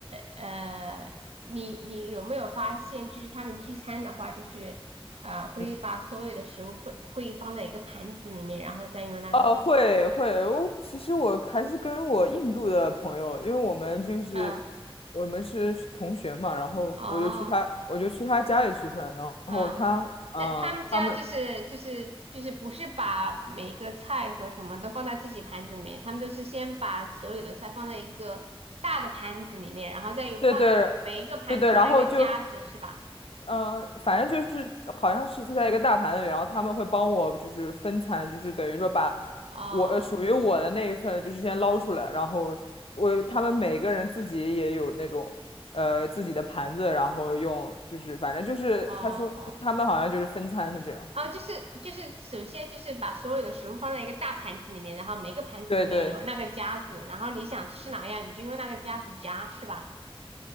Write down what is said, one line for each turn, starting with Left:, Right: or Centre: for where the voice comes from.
Right: 呃，你你有没有发现，就是他们聚餐的话，就是呃，会把所有的食物会会放在一个盘子里面，
Left: <laughs>
Right: 然后再用那个，
Left: 呃，会会，我其实我还是跟我印度的朋友，因为我们就是
Right: 嗯，
Left: 我们是同学嘛，然后我就去他我就去他家里吃饭，
Right: 哦，
Left: 然后他嗯、
Right: 啊，那他们家就是就是就是不是把每个菜和什么都放在自己盘子里面，
Left: 呃他们
Right: 他们都是先把所有的菜放在一个大的盘子里面，然后再有放在每一个盘子放一个夹子，
Left: 对对对对，然后就
Right: 是吧？
Left: 嗯，呃反正就是好像是在一个大盘里，然后他们会帮我就是分餐，就是等于说把
Right: 哦
Left: 我呃属于我的那一份就是先捞出来，然后我他们每个人自己也有那种呃自己的盘子，然后用就是反正就是他说他们好像就是分餐的这样，
Right: 哦哦，就是就是，首先就是把所有的食物放在一个大盘子里面，然后每个盘子里面有那个夹子，
Left: 对对，
Right: 然后你想吃哪样，你就用那个夹子夹，是吧？